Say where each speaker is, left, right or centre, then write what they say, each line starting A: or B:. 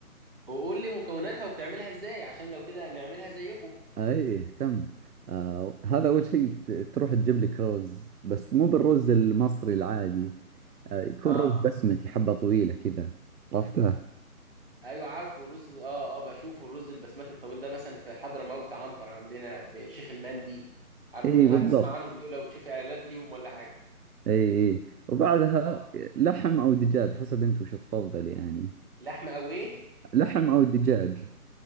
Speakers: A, on the right; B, on the right.
A: وقول لي مكوناتها وبتعملها ازاي عشان لو كده نعملها زيكم
B: اي تم آه هذا أول شيء ت- تروح تجيب لك رز بس مو بالرز المصري العادي آه يكون
A: اه
B: رز بسمتي حبة طويلة كذا عرفتها
A: ايوه عارفه الرز اه اه بشوفه الرز البسمتي الطويل ده مثلا في حضرموت عنتر عندنا في شيخ المندي عارفون
B: اي
A: هتسمع
B: بالضبط
A: عنهم دول لو بتشوف اعلانات ليهم ولا حاجه
B: اي اي وبعدها
A: اه
B: لحم أو دجاج حسب أنت وش تفضل يعني
A: لحمه او ايه
B: لحم أو دجاج